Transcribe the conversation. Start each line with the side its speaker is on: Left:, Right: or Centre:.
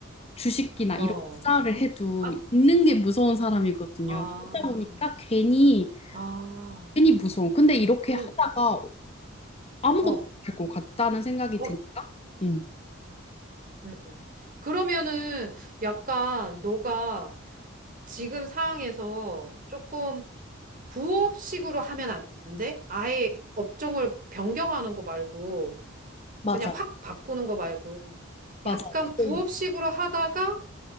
Left: 주식이나
Right: 어.
Left: 이런 투자를 해도
Right: 아,
Left: 있는 게 무서운 사람이거든요.
Right: 아.
Left: 그러다 보니까 괜히
Right: 아,
Left: 괜히 무서워. 근데 이렇게
Right: 그럼,
Left: 하다가 아무것도
Right: 어,
Left: 못할 것 같다는 생각이
Right: 어,
Left: 드니까. 음.
Right: 음. 그러면은 약간 너가 지금 상황에서 조금 부업식으로 하면 안 돼? 아예 업종을 변경하는 거 말고,
Left: 맞아요.
Right: 그냥 확 바꾸는 거 말고,
Left: 맞아요.
Right: 약간
Left: 그걸-
Right: 부업식으로 하다가